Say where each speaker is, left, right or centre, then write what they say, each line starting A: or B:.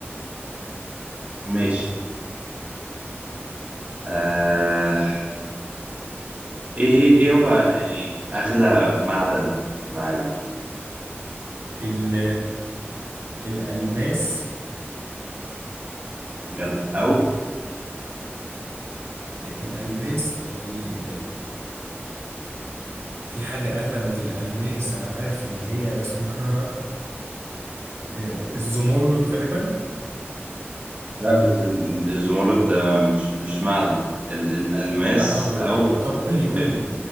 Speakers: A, on the right; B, on the right.
A: ماشي آه ايه ايه هو يعني اغلى معدن في العالم
B: ال الألماس
A: بجد او
B: الألماس او ال في حاجة اغلى من الألماس انا عارف ان هي اسمها آه، الزمرد غالبا
A: لا بس ال- ال- الزمرد ده مش مش معدن ال- الالماس
B: ده حجر
A: او
B: ايوه طب قول لي قول
A: إيه؟
B: لي